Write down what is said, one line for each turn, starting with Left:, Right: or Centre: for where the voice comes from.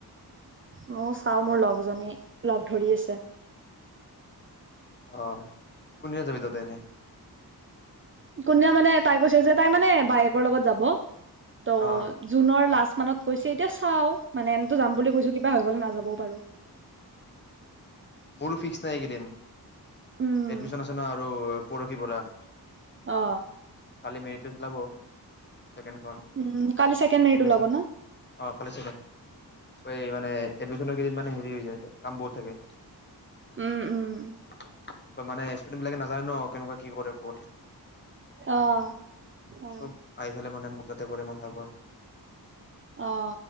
Right: ময়ো চাও মোৰ লগজনী লগ ধৰি আছে
Left: অহ কোনদিনা যাবি তহতে এনেই?
Right: কোনে মানে তাই কৈছে যে তাই মানে বায়েকৰ লগত যাব ৷ ত'
Left: অ
Right: জুনৰ লাষ্ট মানত কৈছে এতিয়া চাও মানে এনেতো যাম বুলি কৈছো কিবা হৈ গলে নাযাবও পাৰো৷
Left: মোৰো ফিক্স নাই এইকেইদিন
Right: উম
Left: এডমিচন আছে ন আৰু প কি পৰা
Right: অ
Left: কালি মেৰি হতে চলাব চেকেন খন
Right: উম কালি ছেকেণ্ড মেৰিট
Left: এডমিচন
Right: ওলাব ন?
Left: অ কালি এ মানে এডমিচন কেলেই মানে হেৰি হৈ সে কাম বহুত থাকে৷
Right: উম উম
Left: মানে ‍ ইস্পিলিং বিলাকে নাজানে ন কেনেকুৱা কি কৰে ক'ত
Right: অহ হয়
Left: চব আহি পেলাই মানে মোৰ তাতে পৰে মাথা ঘৰ
Right: অ